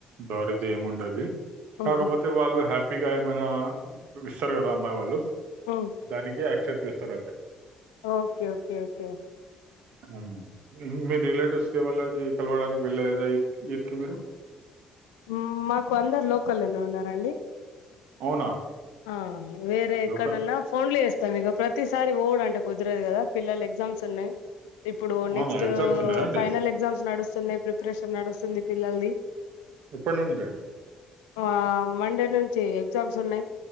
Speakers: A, on the right; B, on the left.
A: డౌరిదేముండది
B: ఉహు
A: కాకపోతే వాళ్ళు హ్యాపీగా ఏమైనా. ఇస్తారు గదా అమ్మాయి వాళ్ళు
B: ఉమ్
A: దానికి యాక్సెప్ట్ జేస్తరు అంతే.
B: Okay okay okay.
A: ఉమ్ మీ రిలేటివ్స్కి వాళ్లకి కలవడానికి వెళ్ళేదా ఈ ఇట్కి మీరు.
B: ఉమ్మ్ మాకు అందరు లోకల్లోనే ఉన్నారండి.
A: అవునా.
B: ఆహ్ వేరేక్కడనన్నా
A: లోకల్
B: ఫోండ్లే ఏస్తమిగ ప్రతిసార్. సారి వొవుడంటే కుద్రదు కదా పిల్లలు ఎగ్జామ్స్ ఉన్నయ్. ఇప్పుడు
A: అవునా
B: నెక్స్ట్
A: ఎగ్జామ్స్ ఉన్నాయా అండి
B: ఫైనల్ ఎగ్జామ్స్ నడుస్తున్నాయి ప్రిపరేషన్ నడుస్తుంది పిల్లల్ది.
A: ఎప్పటి నుంచి అండి
B: ఆహ్ మండే నుంచి ఎగ్జామ్స్ ఉన్నయ్.